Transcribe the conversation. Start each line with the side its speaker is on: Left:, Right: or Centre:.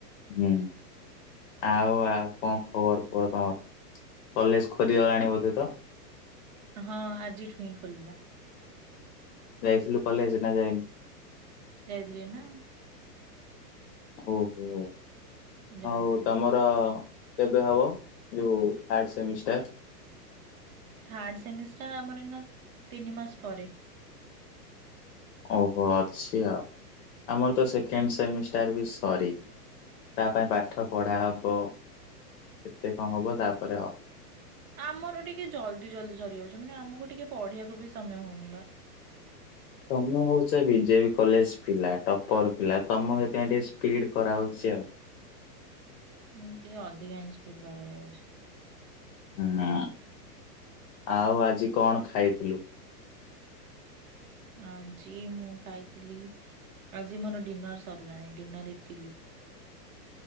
Left: ହୁଁ ଆଉ ଆଉ କଣ ଖବର କୁହ ତମର, କଲେଜ ଖୋଲି ଗଲାଣି ବୋଧେ ତ?
Right: ହଁ ଆଜିଠୁ ହିଁ ଖୋଲିଲା।
Left: ଯାଇଥିଲୁ କଲେଜ ନା ଯାଇନୁ?
Right: ଯାଇଥିଲି ନା।
Left: ଓହୋ
Right: ଯାଇଥିଲୁ
Left: ଆଉ ତମର କେବେ ହବ ଯୋଉ ଥାର୍ଡ ସେମିଷ୍ଟର?
Right: ଥାର୍ଡ ସେମିଷ୍ଟାର ଆମର ଇନା ତିନି ମାସ ପରେ।
Left: ଓହୋ ଅଛି ଆଉ। ଆମର ତ ସେକେଣ୍ଡ ସେମିଷ୍ଟାର ବି ସରିନି। ତା ପାଇଁ ପାଠ ପଢା ହବ କେତେ କଣ ହବ ତାପରେ ହବ।
Right: ଆମର ଟିକେ ଜଲ୍ଦି ଜଲ୍ଦି ସରିଯାଉଛି ମାନେ ଆମକୁ ଟିକେ ପଢେଇିବାକୁ ବି ସମୟ ହଉନି ବା।
Left: ତମେ ହଉଛ ବିଜେ ବି କଲେଜ ପିଲା। ଟପର ପିଲା ତମକୁ ସେଥିପାଇଁ ଟିକେ ସ୍ପିଡ କରାହଉଛି ଆଉ।
Right: ଉଁ ଟିକେ ଅଧିକା ହିଁ ସ୍ପିଡ କରା ଯାଉଛି।
Left: ହୁଁ ଆଉ ଆଜି କଣ ଖାଇଥିଲୁ?
Right: ଆଜି ମୁଁ ଖାଇଥିଲି ଆଜି ମୋର ଡିନର୍ ସରିଲାଣି ଡିନର ଇଟିଲି।